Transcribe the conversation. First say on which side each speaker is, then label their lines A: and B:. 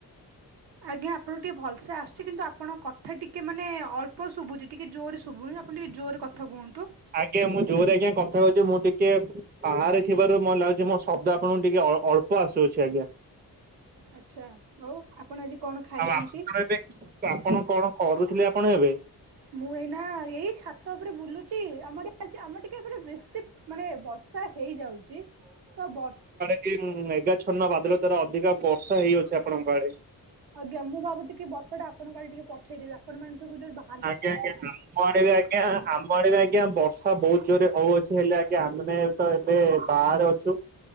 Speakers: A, on the right (about 80°); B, on the right (about 25°).
A: ଆଜ୍ଞା ଆପଣ ଟିକେ ଭଲସେ ଆସୁଛି କିନ୍ତୁ ଆପଣ କ ଥା ଟିକେ ମାନେ ଅଳ୍ପ ଶୁଭୁଚି ଟିକେ ଜୋରେ ଶୁଭୁନି ଆପଣ ଟିକେ ଜୋରେ କଥା କୁହନ୍ତୁ?
B: ଆଜ୍ଞା ମୁଁ ଜୋରେ ଆଜ୍ଞା କଥା ହୋଉଚି ମୁଁ ଟିକେ ବାହାରେ ଥିବାରୁ ମତେ ଲାଗୁଚି ମୋ ଶବ୍ଦ ଆ ଆପଣ ଟିକେ ଅ ଅଳ୍ପ ଆସୁଅଛି ଆଜ୍ଞା।
A: ଆଛା ହଉ ଆପଣ ଆଜି କଣ ଖାଇଚନ୍ତି?
B: ଆଉ ଆପଣ ଏବେ ଆପଣ କଣ କରୁଥିଲେ ଆପଣ ଏବେ?
A: ମୁଁ ଏଇନା ଏଇ ଛାତ ଉପରେ ବୁଲୁଚି ଆମର ଏ ଆ ଆମର ଟିକେ ଏପଟେ ବେଶୀ ମାନେ ବର୍ଷା ହେଇଯାଉଚି ତ ବରର୍ଷ
B: କି ଉଁ ମେଘାଛନ୍ନ ବାଦଲ ଦ୍ଵାରା ଅଧିକା ବର୍ଷା ହେଇଅଛି ଆପଣଙ୍କ ଆଡେ।
A: ଆଜ୍ଞା ମୁ ଭାବୁଚି କି ବର୍ଷାଟା ଆପଣଙ୍କ ଆଡ଼େ ଟିକେ ପଠେଇଦେବି ଆପଣ ମାନେ ସବୁ ଯଉ ଭା
B: ଆଜ୍ଞା ଆଜ୍ଞା ଆମ ଆଡ଼େ ବି ଆଜ୍ଞା ଆ ଆମ ଆଡ଼େ ବି ଆଜ୍ଞା ବର୍ଷା ବହୁତ୍ ଜୋରରେ ହଉଅଛି ହେଲେ ଆଜ୍ଞା ଆମେ ତ ଏବେ ବାହାରେ ଅଛୁ